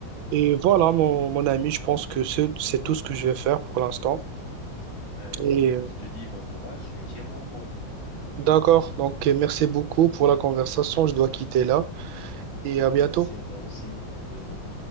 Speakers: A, on the right (about 85°); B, on the left (about 45°).
A: et voilà mon, mon ami je pense que c'est c'est tout ce que je vais faire pour l'instant
B: Ouais,
A: et
B: je te,
A: euh,
B: je te dis bon courage et tiens-moi au courant.
A: d'accord donc euh, merci beaucoup pour la conversation je dois quitter là
B: <laughs>
A: et à bientôt
B: Merci à toi aussi, à bientôt.